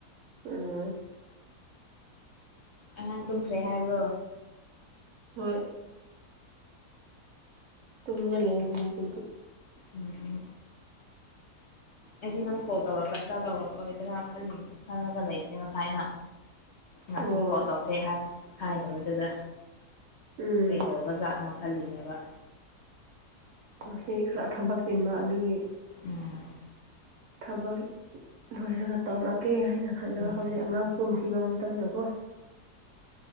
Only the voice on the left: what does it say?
ꯑꯉꯥꯡ ꯇꯨꯝꯈ꯭ꯔꯦ ꯍꯥꯏꯕ꯭ꯔꯣ
ꯎꯝ ꯑꯩꯗꯤ ꯅꯪ ꯀꯣꯜ ꯇꯧꯔꯛꯀꯗ꯭ꯔꯥ ꯇꯧꯔꯛꯂꯣꯏꯗ꯭ꯔꯥ ꯈꯜꯂꯤ ꯈꯜꯂꯒ ꯂꯩꯕꯅꯤ ꯉꯁꯥꯏꯅ ꯉꯁꯤ
ꯀꯣ ꯇꯧꯁꯦ ꯍꯥꯏ ꯍꯥꯏꯗꯕꯗꯨꯗ
ꯀꯩꯗꯧꯕ ꯖꯥꯠꯅꯣ ꯈꯜꯂꯤꯅꯦꯕ
ꯎꯝ
ꯎꯝ